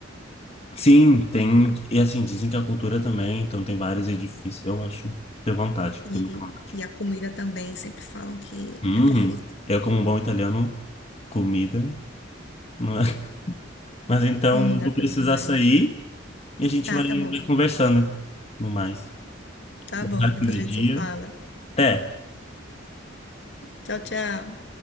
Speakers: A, on the left; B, on the left.
A: Sim, tem. E assim, dizem que a cultura também, então tem vários edifícios. Eu acho. Tenho vontade, tenho
B: E,
A: muita vontade.
B: e a comida também, sempre falam que
A: Uhum.
B: é perfeita.
A: Eu, como um bom italiano, comida, não é? <laughs> Mas então,
B: Massa
A: vou precisar
B: demais.
A: sair e a gente
B: Ah,
A: vai,
B: tá bom.
A: vai conversando, né? No mais.
B: Tá
A: Boa
B: bom.
A: tarde
B: Depois
A: de
B: a
A: dia.
B: gente se fala.
A: Até!
B: Tchau, tchau.